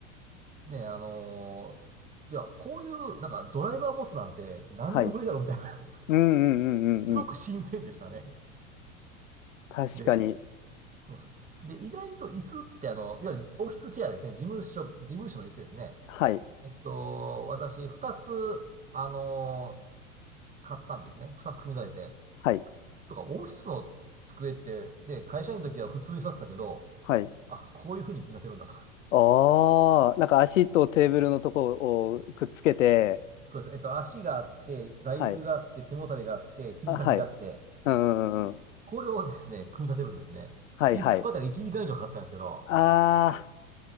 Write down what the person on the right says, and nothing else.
ね、あのーいや、こういう、なんか、ドライバー持つなんて何年ぶりだろうみたいな
すごく新鮮でしたね。
で、そうそう。で、意外と椅子ってあの、いわゆるオフィスチェアですね。事務所、事務所の椅子ですね。
えっと、私、二つ、あのー買ったんですね。二つ組み立てて。
そうか、オフィスの机って、ね、会社員の時は普通に座ってたけど、
あ、こういう風に組み立てるんだと。
そうです。えっと、足があって、座椅子があって、
背もたれがあって、肘掛けがあって、
これをですね、組み立てるんですね。
一個あたり1時間以上かかったんですけど、